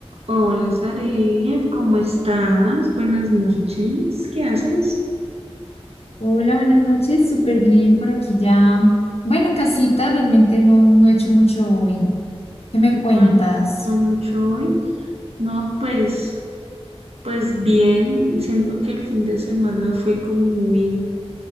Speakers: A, on the right; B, on the left.
A: Hola, Sare, ¿cómo estás? Buenas noches. ¿Qué haces?
B: Hola, buenas noches, súper bien por aquí ya. Bueno, en casita realmente no, no he hecho mucho hoy. ¿Qué me cuentas?
A: ¿No has hecho mucho hoy? No, pues, pues bien. Siento que el fin de semana fue como muy